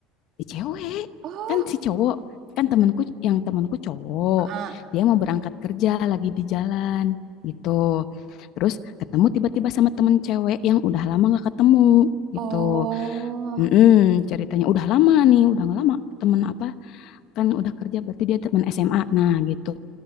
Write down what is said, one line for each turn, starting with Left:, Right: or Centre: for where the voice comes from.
Left: si cewek
Right: Oh,
Left: kan si cowok kan temanku yang temanku cowok
Right: ah.
Left: dia mau berangkat kerja lagi di jalan gitu terus ketemu tiba-tiba sama temen cewek yang udah lama gak ketemu gitu
Right: Oh,
Left: Mm-mm, ceritanya udah lama nih udah lama temen apa kan udah kerja berarti dia teman SMA nah gitu